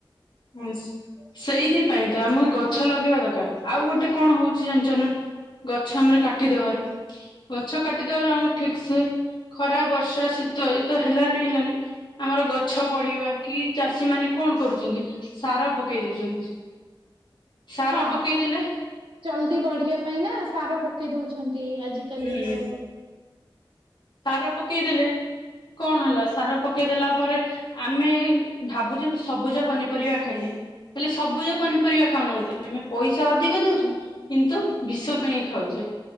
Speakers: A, on the left; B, on the right.
A: ହୁଁ। ସେଇଥିପାଇଁ ତ ଆମକୁ ଗଛ ଲଗେଇବା ଦରକାର ଆଉ ଗୋଟେ କଣ ହଉଛି ଅଞ୍ଚନା ଗଛ ଆମର କାଟିଦବାରୁ ଗଛ କାଟିଦବାରୁ ଆମର ଠିକ ସେ ଖରା ବର୍ଷା ଶୀତ ଏତ ହେଲାନି, ହେଲାନି ଆମର ଗଛ ବଢିବା କି ଚାଷୀ ମାନେ କଣ କରୁଛନ୍ତି ସାର ପକେଇ ଦଉଛନ୍ତି। ସାର
B: ହଁ
A: ପକେଇଦେଲେ
B: ଚଲଦି ବଢିବା ପାଇଁ ନା ସାର ପକେଇ ଦଉଛନ୍ତି। ଆଜିକାଲିର
A: ହୁଁ ସାର ପକେଇଦେଲେ କଣ ହେଲା ସାର ପକେଇ ଦେଲା ପରେ ଆମେ ଭାବୁଛନ୍ତି, ସବୁଜ ପନିପରିବା ଖାଇଲେ ହେଲେ ସବୁଜ ପନିପରିବା ଖାଉନାହାନ୍ତି, ଆମେ ପଇସା ଅଧିକ ଦଉଛୁ କିନ୍ତୁ ବିଷ କିଣିକି ଖାଉଛେ